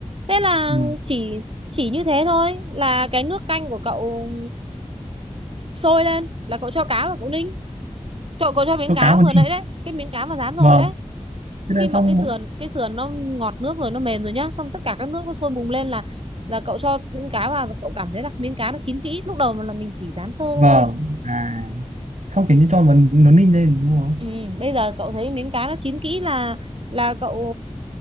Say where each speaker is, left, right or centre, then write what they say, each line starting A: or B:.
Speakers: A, on the right; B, on the right.
A: thế là
B: ừ
A: chỉ chỉ như thế thôi là cái nước canh của cậu sôi lên là cậu cho cá vào cậu ninh cậu cậu cho miếng
B: cho
A: cá
B: cá vào
A: vừa
B: đi
A: nãy đấy cái miếng cá mà rán rồi
B: vâng
A: đấy
B: thế
A: khi
B: là
A: mà
B: xong
A: cái sườn
B: bộ-
A: cái sườn nó ngọt nước rồi nó mềm rồi nhá xong tất cả các nước nó sôi bùng lên là là cậu cho miếng cá vào cậu cảm thấy là miếng cá nó chín kỹ lúc đầu là mình chỉ rán sơ thôi
B: vâng à xong kiểu như cho vào nó ninh lên đúng không
A: ừ, bây giờ cậu thấy miếng cá nó chín kỹ là là cậu